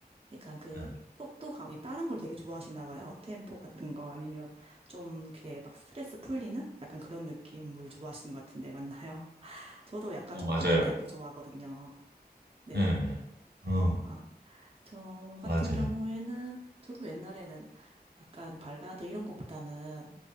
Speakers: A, on the right; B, on the right.
A: 약간 그
B: 네.
A: 속도감이 빠른 걸 되게 좋아하시나 봐요. 템포 같은 거 아니면 좀 이렇게 막 스트레스 풀리는 약간 그런 느낌을 좋아하시는 것 같은데 맞나요? <laughs> 저도 약간
B: 어
A: 좀
B: 맞아요.
A: 빠른 템포 좋아하거든요. 네네.
B: 네네네. 어
A: 아. 저 같은
B: 맞아요.
A: 경우에는 저도 옛날에는 약간 발라드 이런 것보다는